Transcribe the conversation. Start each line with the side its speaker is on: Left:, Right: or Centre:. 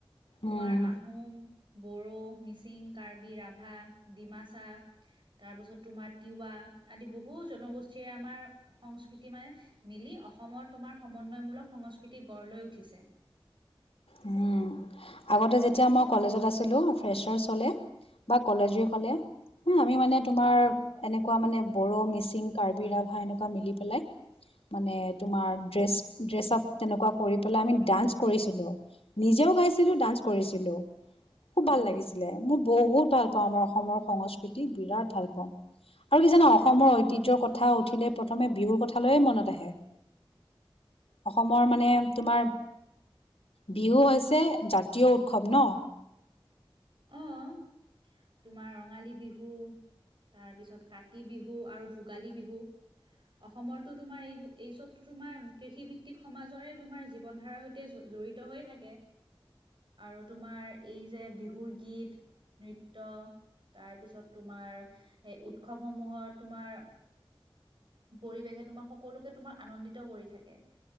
Left: উম
Right: তোমাৰ আহোম, - বড়ো, মিচিং, কাৰ্বি, ৰাভা, ডিমাচা তাৰ পাছত তোমাৰ তিৱা আদি। বহু জনগোষ্ঠীৰে আমাৰ- সংস্কৃতি মানে মিলি অসমৰ তোমাৰ সমন্বয়মূলক সংস্কৃতি গঢ় লৈ উঠিছে।
Left: উমঁ, আগতে যেতিয়া মই কলেজত আছিলোঁ ফ্ৰেছাৰ হ'লে- বা কলেজ ৱেক হ'লে- উম' আমি মানে তোমাৰ এনেকুৱা মানে বড়ো, মিচিং, কাৰ্বি, ৰাভা এনেকুৱা মিলি পেলাই - মানে তোমাৰ ড্ৰেছ-ড্ৰেছআপ তেনেকুৱা কৰি পেলাই আমি ডান্স কৰিছিলোঁ। নিজেও গাইছিলো ডান্স কৰিছিলো, খুব
Right: অ',
Left: ভাল লাগিছিলে। মোৰ বহুত ভাল পাওঁ আমাৰ অসমৰ সংস্কৃতি বিৰাট ভাল পাওঁ। আৰু কি জানা অসমৰ ঐতিহ্যৰ কথা উঠিলে প্ৰথমে বিহুৰ কথালৈয়ে মনত আহে। অসমৰ মানে তোমাৰ - বিহু হৈছে জাতীয় উৎসৱ ন।
Right: অঁ', তোমাৰ ৰঙালী বিহু - তাৰপিছত কাতি বিহু আৰু ভোগালী বিহু। অসমতো তোমাৰ এই-এই চবতো তোমাৰ কৃষি ভিত্তিক সমাজৰে তোমাৰ জীৱন ধাৰা সৈ তে জ-জড়িত হৈয়ে থাকে। আৰু তোমাৰ এই যে বিহুৰ গীত - নৃত্য- তাৰপিছত তোমাৰ এই উৎসৱসমূহত তোমাৰ - পৰিৱেশে তোমাক সকলোকে তোমাক আনন্দিত কৰি থাকে।